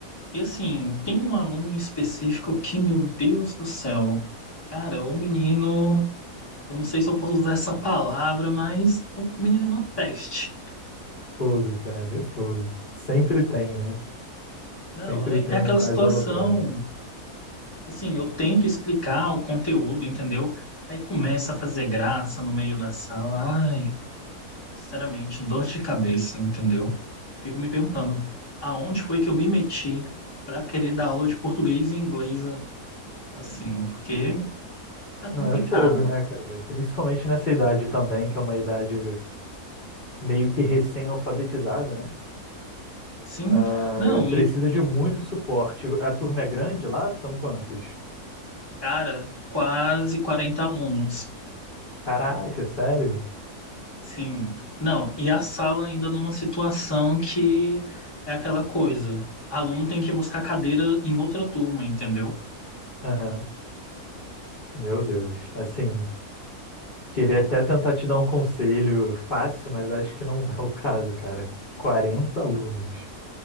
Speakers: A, on the left; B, on the left.
A: E assim, tem um aluno em específico que, meu Deus do céu, cara, o menino Eu não sei se eu posso usar essa palavra, mas o menino é uma peste.
B: Fogo, cara, é fogo. Sempre tem, né?
A: Não,
B: Sempre
A: é
B: tem
A: é aquela
B: um mais
A: situação.
B: aloprado.
A: Assim, eu tento explicar o conteúdo, entendeu? Aí começa a fazer graça no meio da sala. Ai, sinceramente, dor de cabeça, entendeu? Fico me perguntando, aonde foi que eu me meti para querer dar aula de português e inglês assim? Porque tá complicado.
B: Não é fogo, né, cara? Principalmente nessa idade também, que é uma idade meio que recém-alfabetizada, né?
A: Sim,
B: Ah,
A: não,
B: precisa
A: e
B: de muito suporte. A turma é grande lá? São quantos?
A: cara, quase 40 alunos.
B: Caraca, sério?
A: Sim. Não, e a sala ainda numa situação que é aquela coisa. Aluno tem que buscar cadeira em outra turma, entendeu?
B: Aham, Meu Deus. Assim, queria até tentar te dar um conselho fácil, mas acho que não é o caso, cara. 40 alunos